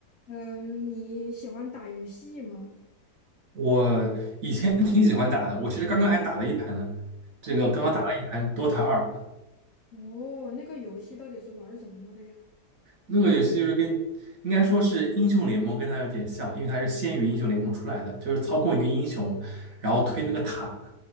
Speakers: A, on the left; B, on the right.
A: 嗯，你喜欢打游戏吗？
B: 我以前挺喜欢打的，我其实刚刚还打了一盘呢。这个刚刚打了一盘《Dota
A: 嗯，
B: 二》，
A: 哦，那个游戏到底是玩儿什么的呀？
B: 那个游戏就是跟应该说是英雄联盟跟它有点像，因为它是先于英雄联盟出来的，就是操控一个英雄，然后推那个塔。